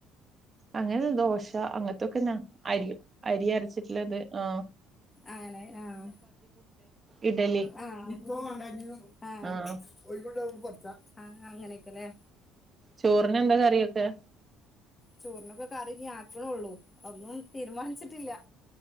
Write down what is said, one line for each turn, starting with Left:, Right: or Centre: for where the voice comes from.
Right: അങ്ങനെ ദോശ അങ്ങനത്തൊക്കെന്നാ അരി അരി അരച്ചിട്ടുള്ളത്. ആ
Left: ആങ്ങനെ ആഹ്
Right: ഇഡലി
Left: ആ ആഹ്
Right: ആഹ്
Left: ഒഴിവുണ്ടാവുമ്പം പറിച്ച ആ അങ്ങനെയൊക്കെല്ലേ
Right: ചോറിന് എന്താ കറിയൊക്കെ?
Left: ചോറിനൊക്കെ കറി ഇഞ്ഞി ആക്കണള്ളൂ ഒന്നും തീരുമാനിച്ചിട്ടില്ല.